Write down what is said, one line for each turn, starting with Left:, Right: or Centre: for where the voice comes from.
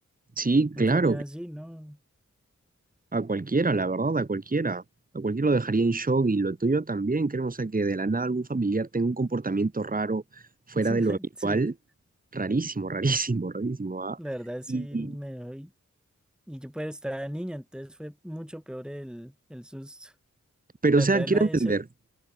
Right: sí,
Centre: un
Right: claro.
Centre: sonido así, no.
Right: A cualquiera, la verdad, a cualquiera. A cualquiera lo dejaría en shock y lo tuyo también, creo. O sea, que de la nada algún familiar tenga un comportamiento raro fuera
Centre: <laughs>
Right: de lo habitual.
Centre: Sí,
Right: Rarísimo, rarísimo, <laughs> rarísimo, ¿ah?
Centre: la verdad sí
Right: Y, y-
Centre: me doy. Y yo pues estaba niña, entonces fue mucho peor el, el susto.
Right: pero,
Centre: La
Right: o sea,
Centre: verdad
Right: quiero
Centre: nadie
Right: entender.
Centre: se...